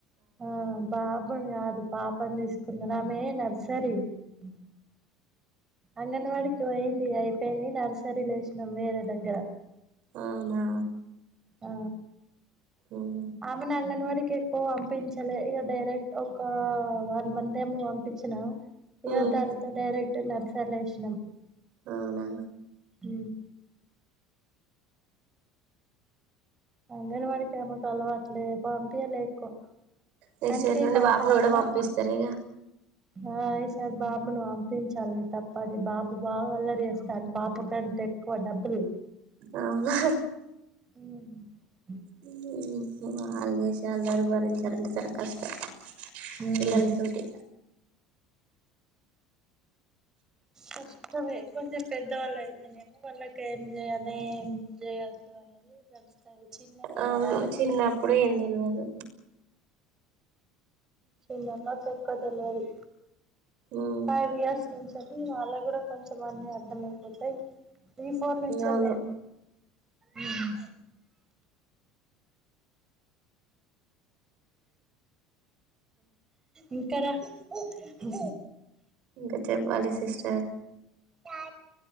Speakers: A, on the right; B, on the right.
A: ఆ బాబుని కాదు పాపని తీసుకున్నాను ఆమెే నర్సరీ అ అంగన్వాడికి పోయింది అయిపోయినా నర్సరీలు వేసినాం వేరే దగ్గర
B: అవునా
A: ఆ
B: ఉమ్
A: ఆమెను అంగన్వాడి కే వ పంపించలే ఇక డైరెక్ట్ ఒక వన్ మంత్ ఏమో పంపించినావు యు
B: ఉమ్
A: తారతో ైరెక్ట్ నరసలేషనం
B: అవునా
A: హ అంగనే మడికమకు అలవాట్లే పంపయ లేకు
B: నెక్స్ట్
A: అందుకే
B: ఇయర్ నుండి
A: బాబా
B: బాబును
A: నాన్న
B: కూడా పంపిస్తారు ఇక
A: ఆ ఈ సారి బాబును వంపించాలి తప్పది బాబు బాగా అల్లరి చేస్తాండు పాప కంటే ఎక్కువ డబుల్
B: అవునా
A: మ్మ్ హ్మ్
B: మ్మ్ వాళ్ళు విషయాలు అందరూ భరించాలంటే చాలా కష్టం
A: ఉమ్
B: పిల్లలతోటి
A: కష్టమే కొంచెం పెద్దవాళ్ళు అయితేనేమో వాళ్ళకి ఏం జేయాల ఏం జేయొద్దు అనేది తెలుస్తాది చిన్నోళ్ళే
B: అవును
A: కదా
B: చిన్నప్పుడు ఏం తెలువదు
A: చిన్న <unintelligible>
B: ఉమ్
A: ఫైఫ్ ఇయర్స్ నుంచి వెళ్ళి వాళ్ళక్కూడా కొంచెం అన్నీ అర్థమైపోతయ్ త్రీ ఫోర్ నుంచి వెళ్ళే
B: అవును
A: ఉమ్ ఇంకార <unintelligible>
B: ఇంకా చెప్పాలి సిస్టర్
A: ఆ